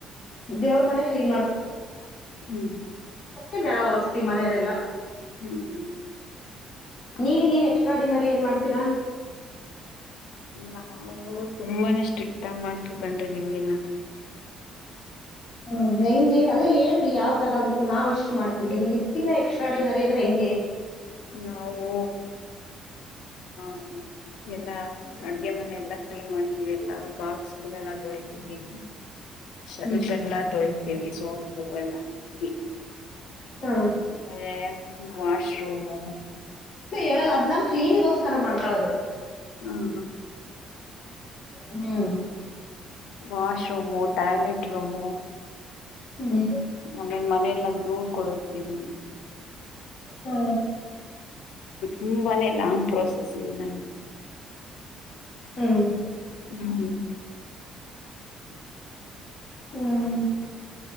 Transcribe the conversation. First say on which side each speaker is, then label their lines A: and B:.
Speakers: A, on the left; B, on the left.
A: ಹ್ಮ್
B: ದೇವ್ರ ಮನೆ ಕ್ಲೀನ್
A: <unintelligible>
B: ಎಲ್ಲಾ ಒರಿಸಸ್ತಿವಿ ಮನೆದೆಲ್ಲ
A: ಹ್ಮ್ ಹ್ಮ
B: ನೀವ ಇನ್ನೇನ್ ಎಕ್ಸ್ಟ್ರಾ ಡಿನರಿ ಏನ್ ಮಾಡ್ತೀರಾ
A: ನಾವು ತುಂಬಾನೇ ಸ್ಟ್ರಿಕ್ಟ್ ಆಗ ಮಾಡ್ತಿವಿ ಕಣ್ರೀ ನಿಮ್ಗಿನ <inaudible>
B: ಹ್ಮ್ ಹೆಂಗೆ ಅದೇ ಹೇಳ್ರಿ ಯಾವ್ತರ ಅಂತ ನಾವ್ ಇಷ್ಟ್ ಮಾಡ್ತೀವಿ ನೀವ್ ಇದ್ಕಿನ್ನ ಎಕ್ಸ್ಟ್ರಾ ಅಡಿನ ರೀ ಅಂದ್ರೆ ಹೆಂಗೆ
A: ನಾವು ಓ ಎಲ್ಲಾ ಅಡ್ಗೆ ಮನೆ ಎಲ್ಲಾ ಕ್ಲೀನ್ ಮಾಡ್ತೀವಿ ಎಲ್ಲ ಬಾಕ್ಸ್ಗಳೆಲ್ಲ ತೊಳಿತೀವಿ ಶರ್ಷ
B: ಹ್ಮ್
A: ಎಲ್ಲಾ ತೊಳತೀವಿ ಸೋಪ್ ಹೂವೆಲ್ಲ ಹಿ
B: ಹ
A: ಹೆ ವಾಶ್ ರೂಮ್
B: ಹೇಳಲ್ಲ ಅದ್ ನಮ್ ಕ್ಲೀನಿಗೋಸ್ಕರ ಮಾಡ್ಕೊಳ್ಳದು
A: ಹ್ಮ್
B: ಹ್ಮ
A: ವಾಶ್ ರೂಮು ಟಾಯ್ಲೆಟ್ ರೂಮು
B: ಹ್ಮ್
A: ಆಮೇಲೆ ಮನಲ್ಲ ನೋಡ್ ಕೊಡತೀವಿ
B: ಹಾ
A: ನಿಮ್ ಮನೇಲ ಪ್ರೋಸೆಸ್ ಇದೆ ನಂಗೆ
B: ಹ್ಮ್
A: ಹ್ಮ್್ಮ
B: ಹ್ಮ್